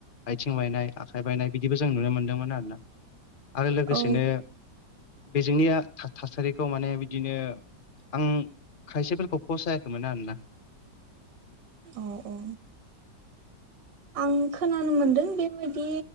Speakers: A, on the left; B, on the right.
A: आइ थिं बायनाय आखाइ बायनाय बिदिबो जों नुनो मोन्दोंमोन आरोना आरो लोगोसेनो
B: औ
A: बेजोंनिया था थासारिखौ माने बिदिनो आं खायसेफोरखौ फसायाखैमोन आरोना।
B: अ औ आं खोनानो मोनदों बेबायदि